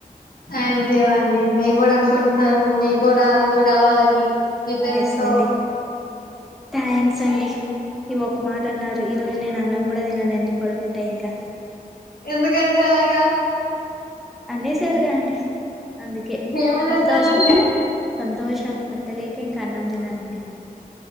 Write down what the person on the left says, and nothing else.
థ్యాంక్ యూ అండి మేము కూడా అనుకుంటున్నాను. మీకు కూడా అందరూ కలవాలని. మీ ఫ్రెండ్స్‌తో.
ఎందుకండి అలాగా
ఏమనేసానండి?